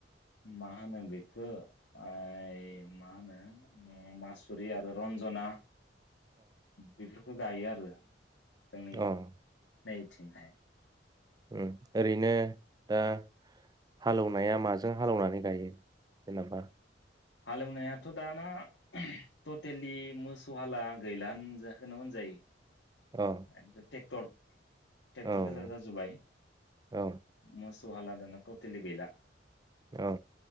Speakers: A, on the left; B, on the right.
A: मा होनो बेखौ इ मा होनो मासुरि आरो रन्जना बेफोर खौ गायो आरो जोंनि
B: अ
A: नै थिं हाय
B: उम ओरैनो ओ हालौनाया माजों हालौनानै गायो जेनेबा
A: हालेवनायाथ दाना टटेलि मोसौ हाला गैला होनजा खोनो होनजायो
B: औ
A: ट्रेक्टर ट्रेक्टर
B: औ
A: गोजा जाजोबबाय
B: औ
A: मोस सौ हाला दाना ततेलि गैला
B: औ